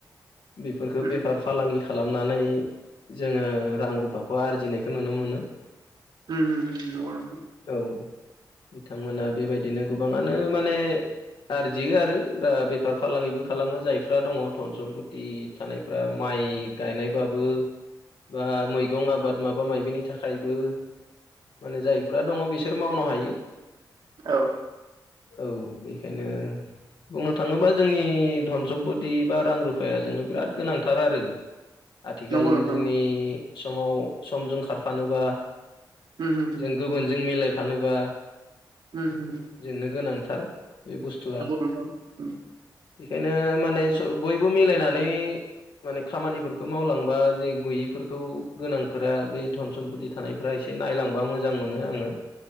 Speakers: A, on the left; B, on the right.
A: बेफोरखौ
B: उम
A: बेफार फालांगि खालामनानै जोङो रां रुफाखौ आरजिनायखौ नुनो मोनो।
B: उम उम नंगौ नोंथां।
A: औ बिथांमोना बेबायदिनो गोबाङानो माने आरजियो आरो बेफार फालांगिबो खालामो जायफ्रा दङ धन सम्पति। थानायफ्रा माइ गायनायबाबो बा मैगं आबाद माबा मायबिनि थाखायबो माने जायफ्रा दङ बिसोर मावनो हायो।
B: औ
A: औ बिखायनो बुंनो थाङोबा जोंनि धन सम्पति बा रां रुफाया जोंनो बिराद गोनांथार आरो।
B: <inaudible>
A: आथिखालनि
B: नोंथां नंगौ
A: समाव समजों खारफानोबा
B: होम होम
A: जों गुबुनजों मिलायफानोबा
B: उम होम।
A: जोंनो गोनांथार बे बुस्थुआ।
B: नोंथां उम
A: बेखायनो माने ज बयबो मिलायनानै माने खामानिफोरखौ मावलांबा जे गैयिफोरखौ गोनांफोरा बे धन सम्पति थानायफ्रा एसे नायलांबा मोजां मोनो आङो